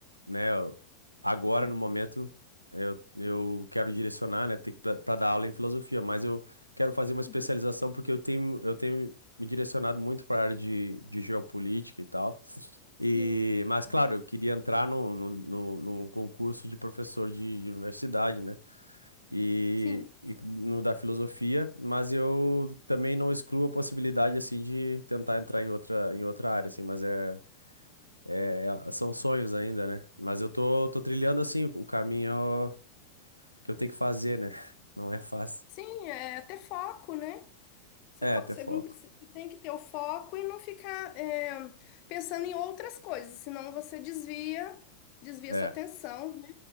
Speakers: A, on the right; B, on the left.
A: né, eu- agora
B: Uhum.
A: no momento eu, eu quero direcionar, né, ter que para dar aula em filosofia, mas eu quero fazer uma especialização
B: uhum.
A: porque eu tenho eu tenho me direcionado muito para a área de, de geopolítica e tal. E,
B: Sim,
A: mas claro,
B: ah,
A: eu queria entrar no, no, no, no concurso de professor de, de universidade, né? E,
B: sim,
A: e no da filosofia, mas eu também não excluo a possibilidade assim de tentar entrar em outra em outra área, assim, mas é é, é- são sonhos ainda, né? Mas eu tô, tô trilhando assim o, o caminho que eu tenho que fazer, né? <laughs> Não é fácil.
B: sim, é ter foco, né? Você,
A: É,
B: po-
A: ter
B: você
A: foco.
B: não precisa, você tem que ter o foco e não ficar é, pensando em outras coisas, senão você desvia, desvia
A: É.
B: sua atenção, né?